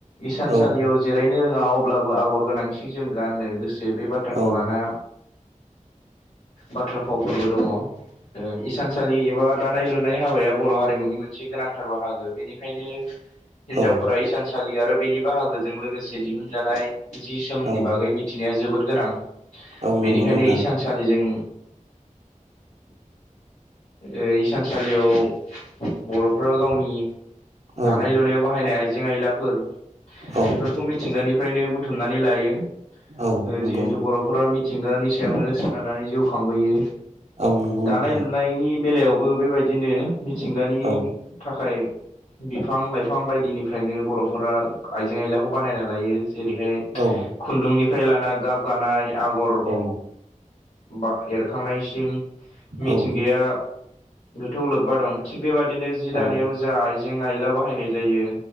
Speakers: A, on the left; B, on the right.
A: इसानसालियाव
B: औ
A: जिरायनो रोङा अब्लाबो आगर गोनां सि जोम गाननो गोसो बे बाथ्राखौ
B: औ
A: लाना बाथ्रा फावफोरबो दङ ओ इसान सालि एबा दानाय लुनाय हाबाया बर' हारिमुनि मोनसे गोनांथार बाहागो बेनि बेखायनो हिनजावफोरा
B: औ
A: इसानसालि आरो बेनि बाहागो जों लोगोसे दिहुनजानाय जि सोमनि
B: औ
A: बागै मिथिनाया जोबोद गोनां।
B: औ
A: बेनिखायनो
B: नंगौ नोंथां
A: इसानसालिजों ओ इसानसालियाव बर'फ्रा गावनि दानाय
B: औ
A: लुनायाव बाहायनाय आइजें आयलाफोर
B: औ
A: बेफोर खौ मिथिंगानिफ्रायनो बुथुमनानै लायो
B: औ
A: ओ
B: नंगौ
A: जिहेथु बर' नखरा मिथिंगानि सायावनो सोनारनानै जिउ खांबोयो
B: औ नंगौ
A: दानाय
B: नोंथां
A: लुनायनि बेलायावबो बेबायदिनो मिथिंगानि
B: औ
A: थाखाय बिफां लाइफां बायदिनिफ्रायनो बर'फोरा आइजें आइलाखौ बानायना लायो जेरैहाय
B: औ
A: खुन्दुंनिफ्राय लाना गाब गानाय आगर
B: औ
A: बा एरखांनायसिम मिथिंगाया
B: औ
A: गोथौ लोब्बा दं थिग बेबादिनो जि दानायाव
B: औ
A: जा आइजें आइला बाहायनाय जायो